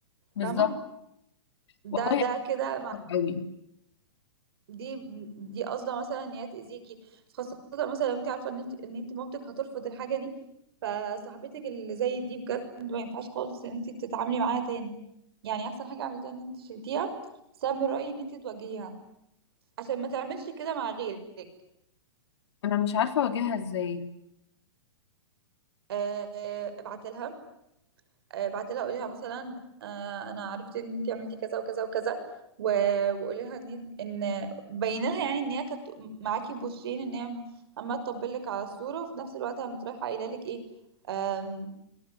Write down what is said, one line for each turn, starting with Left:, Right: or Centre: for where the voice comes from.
Left: بالظبط
Right: فاهمه ده
Left: والله
Right: ده كده مع-
Left: قوي
Right: دي دي قصده مثلا ان هي تاذيكي خاصه مثلا لو انت عارفه ان انت ان انت مامتك هترفض الحاجه دي فصاحبتك اللي زي دي بجد ما ينفعش خالص ان انت تتعاملي معاها تاني يعني احسن حاجه عملتيها ان انت شلتيها بس انا من رايي ان انت تواجهيها عشان ما تعملش كده مع غيرك
Left: انا مش عارفه اواجهها ازاي
Right: أه ابعتلها بعت لها قولي لها مثلا آه، انا عرفت ان انت عملتي كذا وكذا وكذا و... وقولي لها ان ان بيني لها يعني ان هي كانت معاكي بوشين ان هي م- عماله تطبل لك على الصوره وفي نفس الوقت قامت رايحه قايله لك ايه آم،